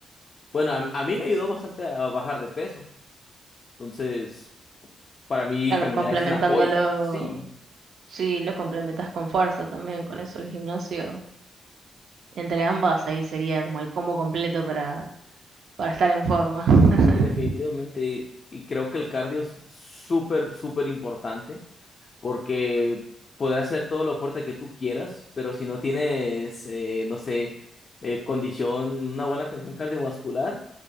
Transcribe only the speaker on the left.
Bueno, a, a mí me ayudó bastante a bajar de peso. Entonces, para mí
caminar
es una joya. Sí,
sí, definitivamente.
Y creo que el cardio es súper, súper importante. porque podrás ser todo lo fuerte que tú quieras, pero si no tienes, eh, no sé, eh, condición, una buena condición cardiovascular,